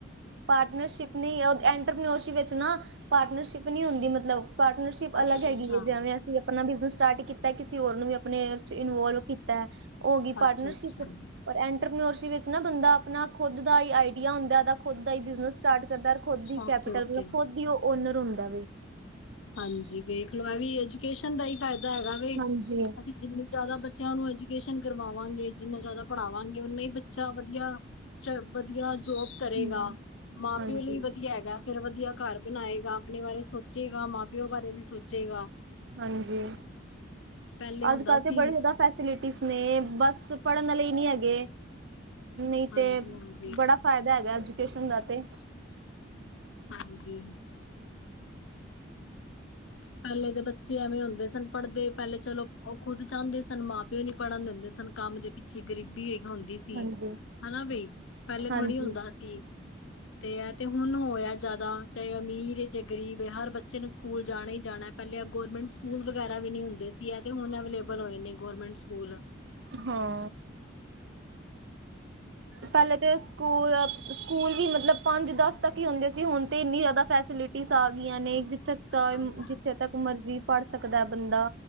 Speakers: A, on the right; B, on the left.
A: ਪਾਰਨਰਸ਼ਿਪ ਨਈ ਐਂਟਰਟੇਨਮੈਂਟ ਚ ਨਾ ਪਾਰਨਰਸ਼ਿਪ ਨੀਂ ਹੁੰਦੀ ਮਤਲਬ ਪਾਰਟਰਸ਼ਿ ਪ
B: ਅੱਛਾ
A: ਅਲੱਗ ਹੈਗੀ
B: ਅੱਛਾ
A: ਹੈ ਜਿਵੇਂ ਅਸੀਂ ਆਪਣਾ ਬਿਜਨਸ ਸਟਾਰਟ ਕੀਤਾ ਕਿਸੇ ਹੋਰ ਨੂੰ ਵੀ ਆਪਣੇ ਇਨਵੋਲਵ ਕੀਤੈ। ਔ ਹੋ ਗਈ ਪਾਰਟਨਰਸ਼ਿਪ
B: ਅੱਛਾ ਅੱਛਾ
A: ਪਰ ਐਂਟਰਪਿਨੋਰਸੀ ਵਿਚ ਨਾ ਬੰਦਾ ਆਪਣਾ ਖੁਦ ਦਾ ਹੀ ਆਈਡੀਆ ਹੁੰਦਾ ਦਾ ਖੁਦ ਦਾ ਹੀ ਬਿਜਨਸ ਸਟਾਟ ਕਰਦੈ ਖੁਦ ਹੀ
B: ਓਕੇ
A: ਕੈਪੀਟਲ
B: ਓਕੇ
A: ਮਤਲਬ ਖੁਦ ਹੀ ਉਹ ਓਨਰ ਹੁੰਦਾ ਵੇ।
B: ਹਾਂਜੀ ਵੇਖ ਲੋ ਇਹ ਵੀ ਐਜੂਕੇਸ਼ਨ ਦਾ ਹੀ ਫਾਇਦਾ ਹੈਗਾ ਵੇ
A: ਹਾਂਜੀ
B: ਅਸੀਂ ਜਿੰਨੀ ਜ਼ਿਆਦਾ ਬੱਚਿਆਂ ਨੂੰ ਐਜੂਕੇਸ਼ਨ ਕਰਵਾਵਾਂਗੇ ਜਿੰਨਾ ਜ਼ਿਆਦਾ ਪੜ੍ਹਾਵਾਂਗੇ ਉਓਨਾ ਹੀ ਬੱਚਾ ਵਧੀਆ ਸਟ ਵਧੀਆ ਜੋਬ ਕਰੇਗਾ
A: ਹਮ
B: ਮਾਂ-ਪਿਓ
A: ਹਾਂਜੀ
B: ਲਈ ਵਧੀਆ ਹੈਗਾ। ਫਿਰ ਵਧੀਆ ਘਰ ਬਣਾਏਗਾ, ਆਪਣੇ ਬਾਰੇ ਸੋਚੇ ਗਾ ਮਾਂ-ਪਿਓ ਬਾਰੇ ਵੀ ਸੋਚੇਗਾ।
A: ਹਾਂਜੀ
B: ਪਹਿਲੇ ਹੁੰਦਾ
A: ਅੱਜ-ਕੱਲ ਤੇ
B: ਸੀ
A: ਬੜੀ ਜ਼ਿਆਦਾ ਫੈਸਿਲਿਟੀ ਨੇ ਬਸ ਪੜ੍ਹਨ ਆਲੇ ਨਹੀਂ ਹੈਗੇ ਨਹੀਂ
B: ਹਾਂਜੀ
A: ਤੇ
B: ਹਾਂਜੀ
A: ਬੜਾ ਫੈਦਾ ਹੈਗਾ ਐਜੂਕੇਸ਼ਨ ਦਾ ਤੇ
B: ਹਾਂਜੀ। ਪਹਿਲੇ ਦੇ ਬੱਚੇ ਐਵੇਂ ਹੁੰਦੇ ਸਨ ਪੜ੍ਹਦੇ ਪਹਿਲੇ ਚਲੋ ਉਹ ਖੁਦ ਚਾਹੁੰਦੇ ਸਨ ਮਾਂ-ਪਿਓ ਨੀ ਪੜ੍ਹਨ ਦਿੰਦੇ ਸਨ। ਕੰਮ ਦੇ ਪਿੱਛੇ ਗਰੀਬੀ ਇੱਕ ਹੁੰਦੀ ਸੀ
A: ਹਾਂਜੀ
B: ਹਨਾ ਬਈ ਪਹਿਲੇ ਥੋੜ੍ਹੀ
A: ਹਾਂਜੀ
B: ਹੁੰਦਾ ਸੀ। ਤੇ ਹੈ ਤੇ ਹੁਣ ਹੋਇ ਜ਼ਿਆਦਾ ਚਾਹੇ ਅਮੀਰ ਚਾਹੇ ਗਰੀਬ ਹੈ ਹਰ ਬੱਚੇ ਨੂੰ ਸਕੂਲ ਜਾਣਾ ਹੀ ਜਾਣਾ। ਪਹਿਲੇ ਗਰਮੈਂਟ ਸਕੂਲ ਵਗੈਰਾ ਵੀ ਨੀ ਹੁੰਦੇ ਸੀ ਐ ਤੇ ਹੁਣ ਅਵੇਲੇਬਲ ਹੋਏ ਨੇ ਗਰਮੈਂਟ ਸਕੂਲ।
A: ਹਾਂ ਪਹਿਲੇ ਤੇ ਸਕੂਲ, ਸਕੂਲ ਵੀ ਮਤਲਬ ਪੰਜ-ਦਸ ਤੱਕ ਹੀ ਹੁੰਦੇ ਸੀ। ਤੇ ਹੁਣ ਤੇ ਇੰਨੀ ਜ਼ਿਆਦਾ ਫੈਸਿਲਿਟੀਜ਼ ਆ ਗਈਆਂ ਨੇ ਜਿੱਥੇ ਚਾਹ
B: ਹਾਂਜੀ
A: ਜਿੱਥੇ ਤੱਕ ਮਰਜੀ ਪੜ੍ਹ ਸਕਦੈ ਬੰਦਾ।